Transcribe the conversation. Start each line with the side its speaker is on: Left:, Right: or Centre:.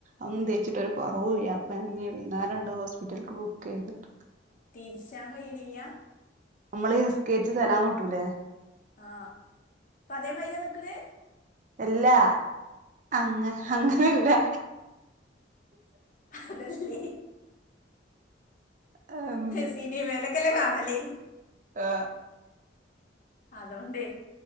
Right: അന്ന് തേച്ചിട്ട് ഒരു കുറവ്യ അപ്പ <unintelligible> രണ്ട് ഹോസ്പിറ്റലക്ക് ബുക്ക് ചെയ്തിട്ട്
Left: നിരിസാഹ ഇഡിയ
Right: നമ്മള് നിസ്കേരിച്ച സ്ഥലം കിട്ടൂലേ
Left: ആഹ് അപ്പൊ അതേ മതിരി നിൽക്കണേ
Right: എല്ലാ അങ്ങ അങ്ങനെല്ല
Left: അതല്ല
Right: ഉം,
Left: സിനി വേലക്കല്ല കാണല്ലേ?
Right: ആ
Left: അതൊണ്ടേ